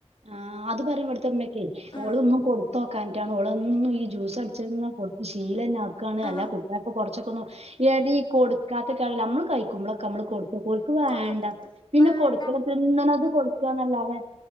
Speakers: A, on the right; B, on the left.
A: ആ അത് പറയും ഇവിടുത്തെമ്മക്കെ
B: ആ
A: ഓള് ഒന്നും കൊടു തോക്കാഞ്ഞിട്ടാണ് ഓള് ഒന്നും ഈ ജ്യൂസ് അടിച്ച കൊടുത്ത് ശീലന ആക്കയാണ്
B: ആ
A: അല്ല കുട്ടിയക്ക് കൊറച്ചൊക്കെ എ ഇടി കൊടു- കാത്ത്ക്കാണെങ്കിലുംനമ്മള് കഴി നമ്മൾ ക കൊടുക്കു മ്പോളൊക്കെ നമ്മള് കൊടുത്തോക്കും ഒൽക്ക് വേണ്ട
B: കൊടുക്കും
A: പിന്നെ
B: വേണ്ട
A: കൊടുക്കണ പിന്നെ തിന്ന്ണത് കൊടുക്കാന്നല്ലാതെ